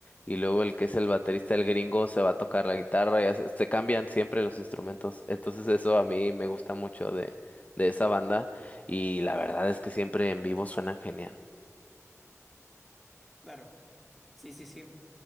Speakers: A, on the left (about 30°); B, in the centre.
A: y luego el que es el baterista, el gringo, se va a tocar la guitarra, y así- se cambian siempre los instrumentos, entonces eso a mí me gusta mucho de, de esa banda, y la verdad es que siempre en vivo suenan genial.
B: Claro. Sí, sí, sí.